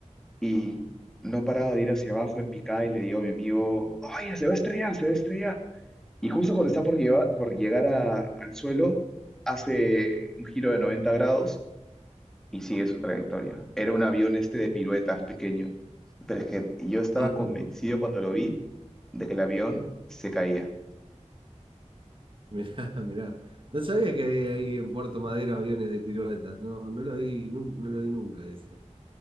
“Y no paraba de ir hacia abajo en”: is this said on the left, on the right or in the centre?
Centre